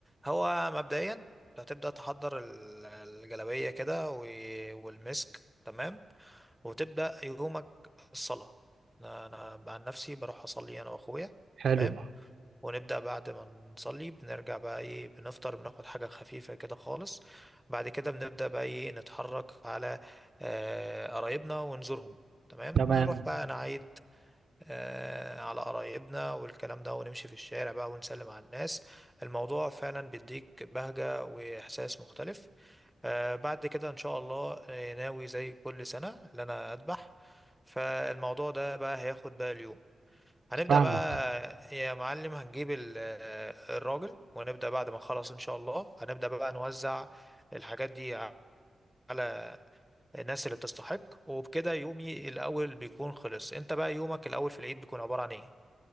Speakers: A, in the centre; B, on the right.
A: هو مبدئيا أنت هتبدأ تحضر ال- الجلابية كده و- والمسك تمام وتبدأ يومك بالصلاة انا انا عن نفسي بروح اصلي انا واخويا
B: حلو
A: تمام ونبدأ بعد ما نصلي بنرجع بقى ايه بنفطر بناخد حاجة خفيفة كده خالص بعد كده بنبدأ بقى ايه نتحرك على آه، قرايبنا ونزورهم تمام نروح
B: تمام
A: بقى نعيد آه، على قرايبنا والكلام ده ونمشي في الشارع بقى ونسلم على الناس الموضوع فعلا بيديك بهجة وإحساس مختلف آه، بعد كده إن شاء الله آه، ناوي زي كل سنة إن أنا أذبح فالموضوع ده بقى هياخد بقى اليوم هنبدأ
B: فاهمك
A: بقى يا معلم هنجيب ال- آه، الراجل ونبدأ بعد ما نخلص إن شاء الله هنبدأ بقى نوزع الحاجات دي على الناس اللي بتستحق وبكده يومي الأول بيكون خلص أنت بقى يومك الأول في العيد بيكون عبارة عن إيه؟